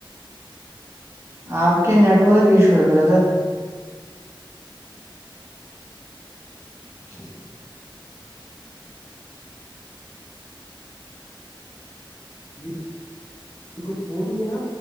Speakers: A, on the right; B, on the left.
A: آپ کے نیٹ ورک ایشو ہے برادر اچ
B: جی کچھ بولیے نا